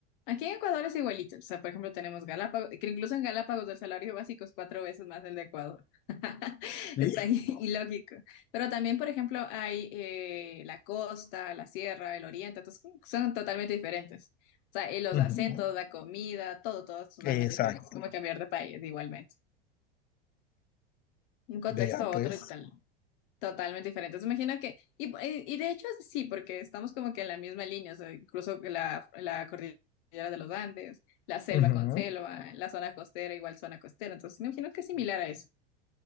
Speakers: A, on the left (about 60°); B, on the left (about 30°).
A: Aquí en Ecuador es igualito. O sea, por ejemplo, tenemos Galápagos, que incluso en Galápagos el salario básico es cuatro veces más el de Ecuador. <laughs>
B: ¿sí?
A: Está i- ilógico. Pero también, por ejemplo, hay eh, la costa, la sierra, el oriente, entonces son totalmente diferentes. O sea, y los
B: Ujú,
A: acentos, la comida, todo, todo es totalmente
B: Exacto.
A: diferente. Es como cambiar de país igualmente. Un contexto
B: Vea,
A: a
B: pues.
A: otro y tal. Totalmente diferente entonces Imagino que, y, y de hecho sí, porque estamos como que en la misma línea, o sea, incluso que la, la cordillera de los Andes, la selva
B: ujú.
A: con selva, la zona costera igual zona costera, entonces me imagino que es similar a eso.